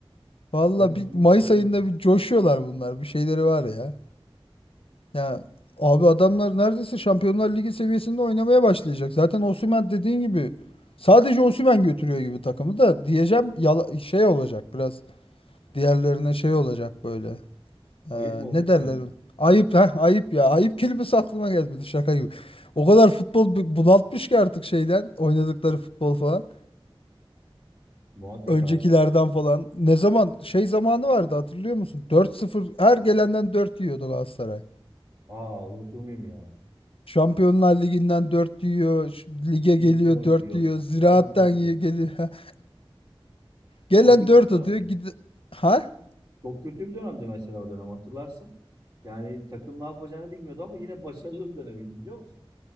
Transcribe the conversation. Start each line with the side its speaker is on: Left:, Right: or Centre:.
Left: valla
Right: Öyle
Left: bir
Right: bir
Left: Mayıs
Right: şey
Left: ayında bir coşuyorlar bunlar. Bir şeyleri var ya. Ya abi adamlar neredeyse Şampiyonlar Ligi seviyesinde oynamaya başlayacak. Zaten Osimhen dediğin gibi sadece Osimhen götürüyor gibi takımı da diyeceğim yala- şey olacak biraz diğerlerine şey olacak böyle.
Right: ayıp
Left: Ee,
Right: mı
Left: ne
Right: olacak
Left: derler?
Right: diyor.
Left: Ayıp ha ayıp ya. Ayıp kelimesi aklıma gelmedi şaka gibi. O kadar futbol bu- bunaltmış ki artık şeyden oynadıkları futbol falan.
Right: Muhakkak
Left: Öncekilerden
Right: abi.
Left: falan. Ne zaman şey zamanı vardı hatırlıyor musun? dört sıfır her gelenden 4 yiyordu Galatasaray.
Right: Aa unutur muyum ya?
Left: Şampiyonlar Ligi'nden 4 yiyor. şu Lige
Right: Ligde
Left: geliyor
Right: de atıyor.
Left: 4 yiyor. Ziraattan
Right: Kupada da atıyor.
Left: yiyor geliyor. <laughs> Gelen
Right: Çok kötü
Left: 4
Right: bir dönemdi.
Left: atıyor. Gide... Ha?
Right: Çok kötü bir dönemdi mesela o dönem hatırlarsın. Yani takım ne yapacağını bilmiyordu ama yine başarılı bir dönemiydi biliyor musun?